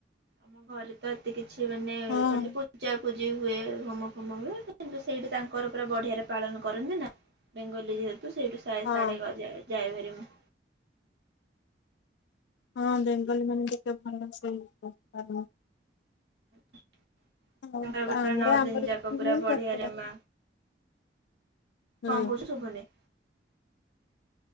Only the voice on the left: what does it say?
ହଁ
ହଁ।
ହଁ ବେଙ୍ଗଲୀ ମାନେ ଟିକେ ଭଲ ରୋଷେଇ କରିପାର
ଆଉ ଗାଁରେ
ଆମର
ବି
ହୁଏ
ଦଶହରା
ହୁଁ